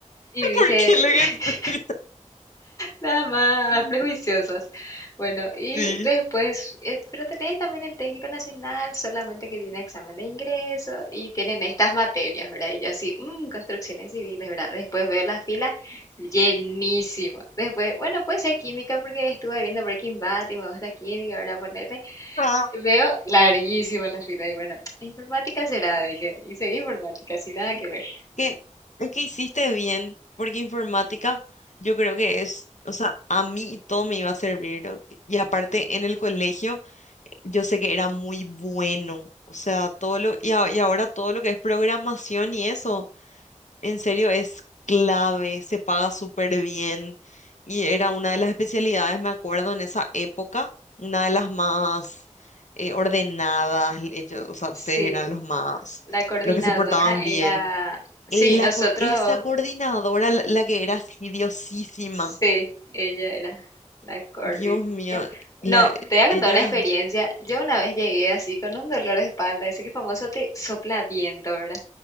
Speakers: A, on the left; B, on the left.
A: Y
B: <laughs>
A: dije,
B: Porque lo que
A: <laughs>
B: estoy...
A: nada más,
B: <laughs>
A: prejuiciosas. Bueno, y
B: Sí.
A: después, eh, pero tenés también el técnico nacional, solamente que tiene examen de ingreso y tienen estas materias, ¿verdad? Y yo así, "Mm, construcciones civiles, ¿verdad? Después veo la fila llenísima. Después, bueno, puede ser química porque estuve viendo Breaking Bad y me gusta química, ¿verdad? Poner
B: Ah,
A: Veo larguísima la fila y bueno, informática será, dije. y seguí informática, sin nada que ver.
B: que, es que hiciste bien, porque informática yo creo que es, o sea, a mí todo me iba a servir. ¿no? Y aparte en el colegio yo sé que era muy bueno, o sea, todo lo, y, a- y ahora todo lo que es programación y eso. En serio, es clave, se paga súper bien. Y era una de las especialidades, me acuerdo, en esa época, una de las más eh, ordenadas. l- Ellos, o sea, ustedes
A: Sí,
B: eran los más,
A: la coordinadora
B: los que se portaban
A: era...
B: bien.
A: Sí,
B: Eh, la
A: nosotros,
B: co- esa coordinadora, la, la que era así, diosísima.
A: sí, ella era la coordinadora.
B: Dios mío, la,
A: No, te voy a contar
B: ella,
A: una experiencia. Yo una vez llegué así con un dolor de espalda, ese que famoso te sopla viento, ¿verdad?